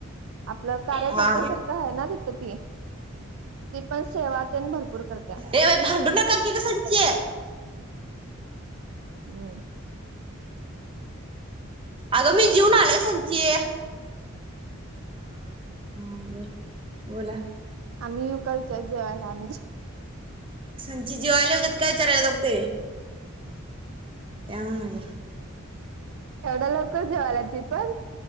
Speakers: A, on the right; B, on the right.
A: आपलं कार्यकर्ते्यासारखं
B: हा
A: आहे ना तिथ ती. ती पण सेवा ते भरपूर करते.
B: ए बाई भांडू न का की सनची.
A: हम्म
B: अगं मी जीऊन आलो संचे. हा बोल बोला.
A: आम्ही युका विच्यार जेवायला आमही.
B: संची जेवायला येवू देत काय विचारायलात बघ ते? या म्हणाले.
A: एवढ्या लवकर जेवाल्या ती पण.